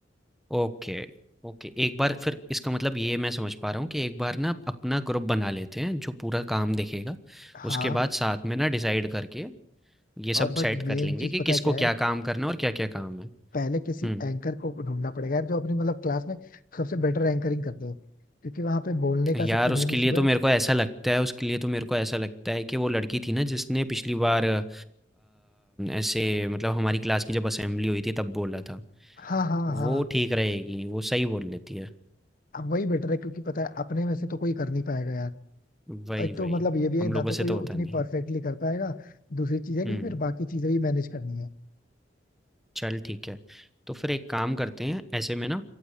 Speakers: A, in the centre; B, on the left.
A: Okay, okay. एक बार फिर इसका मतलब ये मैं समझ पा रहा हूँ कि एक बार ना अपना ग्रुप बना लेते हैं जो पूरा काम देखेगा।
B: हाँ
A: उसके बाद साथ में ना डिसाइड करके ये सब
B: और बट
A: सेट कर
B: मेन
A: लेंगे
B: चीज
A: कि
B: पता
A: किसको
B: है क्या है
A: क्या काम करना है और क्या-क्या काम है।
B: पहले किसी
A: हुँ।
B: एंकर को ढूंढना पड़ेगा यार जो अपनी मतलब क्लास में सबसे बेटर एंकरिंग कर दे क्योंकि वहां पे बोलने का
A: यार
B: सबसे मेन
A: उसके
B: इशू
A: लिए तो
B: है
A: मेरे को ऐसा लगता है उसके लिए तो मेरे को ऐसा लगता है कि वो लड़की थी ना जिसने पिछली बार अ, ऐसे मतलब हमारी क्लास की जब असेंबली हुई थी तब बोला था
B: हाँ हाँ हाँ
A: वो ठीक रहेगी वो सही बोल लेती है
B: अब वही बेटर है क्योंकि पता है अपने में से तो कोई कर नहीं पाएगा यार
A: वही
B: और एक तो
A: वही
B: मतलब ये भी है
A: हम
B: ना
A: लोगों
B: तो कोई
A: से तो
B: उतनी
A: होता नहीं
B: परफेक्टली
A: है
B: कर पाएगा दूसरी चीज है
A: हम्म
B: कि फिर बाकी चीजें भी मैनेज करनी है
A: चल ठीक है तो फिर एक काम करते हैं ऐसे में ना